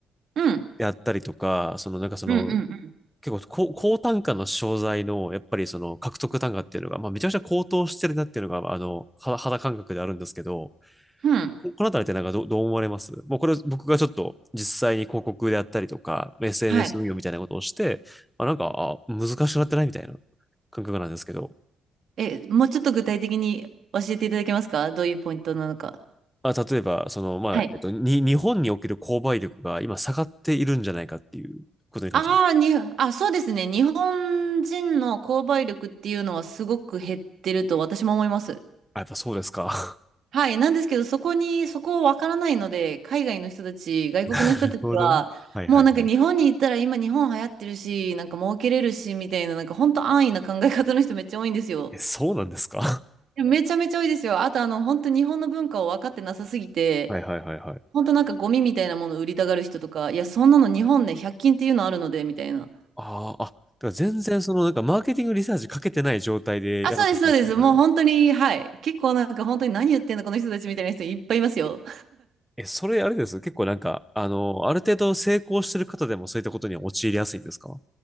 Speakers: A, on the right; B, in the centre.
A: うん。
B: であったりとか、そのなんかその
A: うんうん
B: 結構高、高単価の商材の、やっぱりその獲得単価っていうのが、まあめちゃくちゃ高騰してるなっていうのが、あの、は肌感覚であるんですけど、
A: うん。うん。
B: ここのあたりってなんかど、どう思われますもうこれ僕がちょっと実際に広告であったりとか、SNS
A: はい。
B: 運用みたいなことをして、まあ、なんか、あ、難しくなってないみたいな感覚なんですけど、
A: え、もうちょっと具体的に教えていただけますかどういうポイントなのか。
B: あ、例えば、その、まあ、
A: はい。
B: えっと、に、日本における購買力が今下がっているんじゃないかっていうことに関して。
A: ああ、に、あ、そうですね。日本人の購買力っていうのはすごく減ってると私も思います。
B: あ、やっぱそうですか。
A: はい。なんですけど、そこに、そこわからないので、海外の人たち、外国の人たちは、
B: <laughs> なるほど。はいはいはい。
A: もうなんか日本に行ったら今日本流行ってるし、なんか儲けれるし、みたいな、なんか本当安易な考え方の人めっちゃ多いんですよ。
B: え、そうなんですか <laughs>
A: でもめちゃめちゃ多いですよ。あとあの、本当日本の文化を分かってなさすぎて、
B: はいはいはいはい。
A: 本当なんかゴミみたいなものを売りたがる人とか、いや、そんなの日本ね、100均っていうのあるので、みたいな。
B: ああ、あ、だから全然そのなんかマーケティングリサーチかけてない状態でやろうとしてるんですね、
A: あ、そうです、そうです。
B: 彼ら。
A: もう本当に、はい。結構なんか本当に何言ってんだこの人たちみたいな人いっぱいいますよ。
B: え、それあれです結構なんか、あの、ある程度成功してる方でもそういったことには陥りやすいんですかは